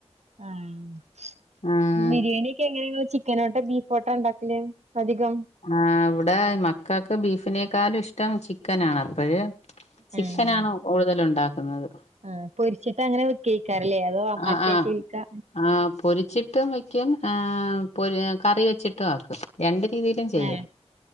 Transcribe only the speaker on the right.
ഏഹ്
ബിര്യേണിക്കെങ്ങനേ ങ്ങള് ചിക് ചിക്കനോട്ട ബീഫോട്ട ണ്ടാക്കല് അധികം
ആഹ്
ആഹ് പൊരിച്ചിട്ടങ്ങനെ വെക്കാകാരല്ലേ, അതോ മറ്റേ
ചേൽക്കാ
ആഹ്